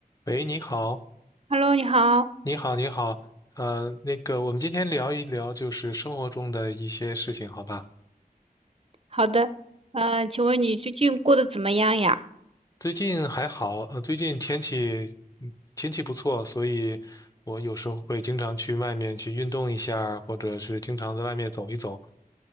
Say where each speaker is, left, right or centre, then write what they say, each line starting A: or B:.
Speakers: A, on the left; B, on the right.
A: 喂，你好，
B: Hello，你好，
A: 你好，你好，呃，那个，我们今天聊一聊就是生活中的一些事情，好吧？
B: 好的，呃，请问你最近过得怎么样呀？
A: 最近还好，呃，最近天气，嗯天气不错，所以我有时候会经常去外面去运动一下儿或者是经常在外面走一走。